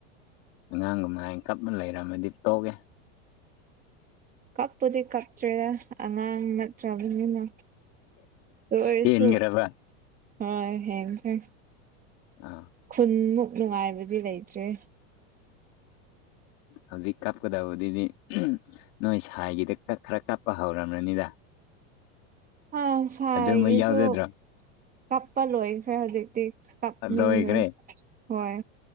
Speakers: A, on the left (about 55°); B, on the right (about 20°).
A: ꯎ ꯑꯉꯥꯡꯒ ꯃꯥꯏꯅ ꯀꯞꯅ ꯂꯩꯔꯝꯃꯗꯤ ꯇꯣꯛꯑꯦ
B: ꯀꯞꯄꯨꯗꯤ ꯀꯞꯇ꯭ꯔꯦꯗ ꯑꯉꯥꯡ ꯅꯠꯇ꯭ꯔꯕꯅꯤꯅ ꯇꯔꯁꯨ
A: ꯍꯦꯟꯈ꯭ꯔꯕ
B: ꯍ ꯍ ꯍ
A: ꯑꯥ
B: ꯈꯨꯟꯃꯨꯛ ꯅꯨꯡꯉꯥꯏꯕꯗꯤ ꯂꯩꯇ꯭ꯔꯦ
A: ꯍꯧꯖꯤꯛ ꯀꯥꯞꯀꯗꯕꯗꯨꯗꯤ ꯅꯣꯏ ꯁꯥꯏꯒꯤꯗ ꯀꯛ ꯈꯔ ꯀꯥꯞꯄ ꯍꯧꯔꯕ꯭ꯔꯅꯤꯗ
B: ꯑ ꯐꯥꯏꯦꯁꯨꯣ
A: ꯑꯗꯨꯃ ꯌꯥꯎꯖꯗ꯭ꯔꯣ
B: ꯀꯥꯄ ꯂꯣꯏꯈ꯭ꯔꯦ ꯍꯧꯖꯤꯛꯇꯤ ꯀꯞꯅꯤꯡꯗ꯭ꯔꯦ
A: ꯑ ꯂꯣꯏꯈ꯭ꯔꯦ
B: ꯍꯣꯏ